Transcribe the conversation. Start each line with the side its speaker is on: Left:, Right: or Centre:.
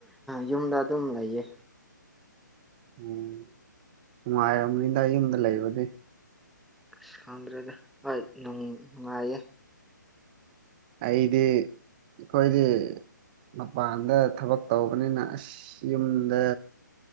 Centre: ꯌꯨꯝꯗ ꯑꯗꯨꯝ ꯂꯩꯌꯦ
Right: ꯎꯝ ꯅꯨꯡꯉꯥꯏꯔꯕꯔꯕꯅꯤꯗ ꯌꯨꯝꯗ ꯂꯩꯕꯗꯤ
Centre: ꯑꯁ ꯈꯪꯗ꯭ꯔꯗ ꯍꯣꯏ ꯅꯨꯡꯉꯥꯏꯌꯦ
Right: ꯑꯩꯗꯤ ꯑꯩꯈꯣꯏꯗꯤ ꯃꯄꯥꯟꯗ ꯊꯕꯛ ꯇꯧꯕꯅꯤꯅ ꯑꯁ ꯌꯨꯝꯗ